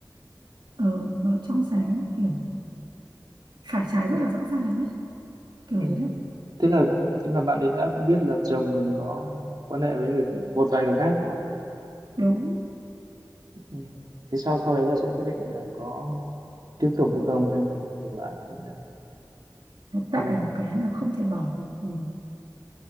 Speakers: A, on the right (about 75°); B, on the right (about 60°).
A: ờ, nó trong sáng kiểu phải trái rất là rõ ràng ấy kiểu
B: ừ
A: đấy đấy
B: thế là thế là bạn ấy đã biết là chồng mình có quan hệ với người một vài người khác đúng không
A: đúng
B: ừ. thế sau sau đấy là sẽ quyết định là có tiếp tục được không hay là dừng lại hay là
A: nó tệ
B: như nào
A: một cái là không thể bỏ được ừ.